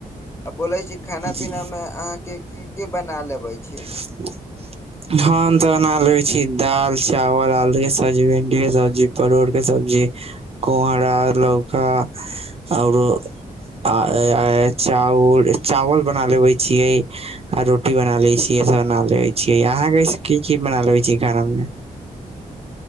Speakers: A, on the left; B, on the right.
A: आ बोलै छी खाना पीना
B: जी
A: मे अहाँके की की बना लेबे छी।
B: <inaudible> हम तऽ बना लेबे छी दाल, चावल, आलू के सब्जी, भिंडी के सब्जी परोड़ के सब्जी, कोहरा, लौका औरो आ आ आ चाउर चावल बना लेबे छीयै आ रोटी बना लै छी। ई सब बना लेबे छीयै अहाँ के की की बना लेबे छीयै खाना मे?